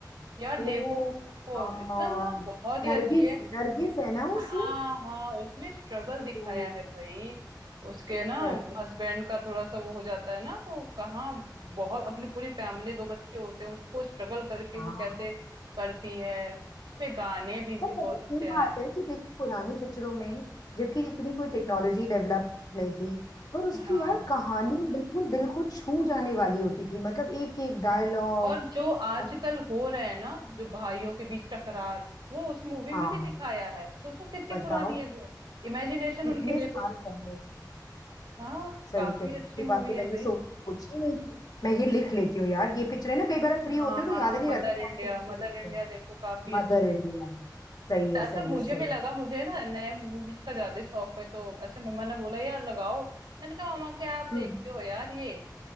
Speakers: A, on the right; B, on the left.
A: यार देखो
B: ओ
A: वो
B: हाँ,
A: इतना ना बहुत ही
B: नरगिस
A: अच्छी है
B: नरगिस है ना उसमें
A: हाँ हाँ उसमें स्ट्रगल दिखाया
B: ओ,
A: है भाई उसके ना
B: सच
A: हस्बैंड का थोड़ा सा वो हो जाता है ना तो कहाँ बहुत अपनी पूरी फैमिली दो बच्चे होते हैं उसको स्ट्रगल करके
B: हाँ
A: वो कैसे करती है उसमें गाने भी
B: पर
A: भी
B: पता
A: बहुत
B: है,
A: अच्छे
B: ये बात
A: हैं
B: है कि देखो पुरानी पिक्चरों में जबकि इतनी कोई टेक्नोलॉजी डेवलप नहीं थी पर उसकी
A: हाँ
B: यार कहानी बिल्कुल दिल को छू जाने वाली होती थी मतलब एक एक डायलॉग
A: और जो आजकल
B: और
A: हो रहे हैं ना जो भाइयों के बीच टकरार वो उस मूवी
B: हाँ
A: में भी दिखाया है सोचो कितनी
B: बताओ
A: पुरानी है वो इमेजिनेशन
B: कितने
A: उनकी देखो
B: साल पहले
A: हाँ
B: सही
A: काफी
B: कह रही
A: अच्छी
B: हो। ये बात
A: मूवी
B: तो
A: है
B: मैंने
A: भाई
B: सोची नहीं थी मैं ये लिख लेती हूँ यार ये पिक्चर है ना कई बार आप फ्री
A: हाँ
B: होते हो तो
A: हाँ
B: याद ही नहीं
A: मदर
B: रहता कौन
A: इंडिया
B: सी पिक्चर
A: मदर
B: देखते
A: इंडिया
B: हो
A: देखो काफी अच्छी
B: Mother in law सही है
A: है अच्छा
B: सही
A: मुझे
B: है सही
A: भी लगा मुझे ना नए मूवीज का ज्यादा शौक है तो ऐसे मम्मा ने बोला यार लगाओ मैंने कहा मामा क्या आप
B: हम्म
A: देखते हो यार ये